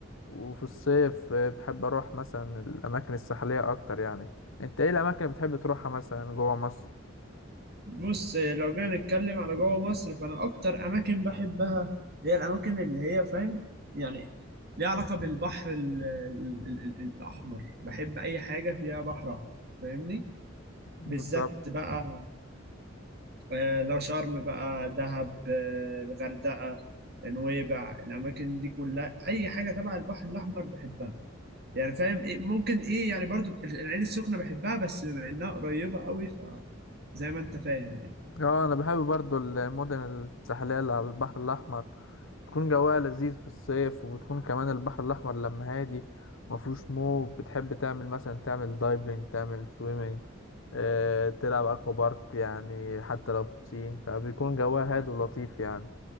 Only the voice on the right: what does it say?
بص لو جينا نتكلم على جوه مصر فانا اكتر اماكن بحبها هي الاماكن اللي هي فاهم يعني ليها علاقة بالبحر ال ال ال ال الاحمر بحب اي حاجة فيها بحر احمر فاهمني
بالذات بقى آه، لو شرم بقى دهب آه، الغردقة نويبع الاماكن دي كلها اي حاجة تبع البحر الاحمر بحبها يعني فاهم إيه ممكن ايه يعني برضو العين السخنة بحبها بس بما انها قريبة قوي ف زي ما انت فاهم يعني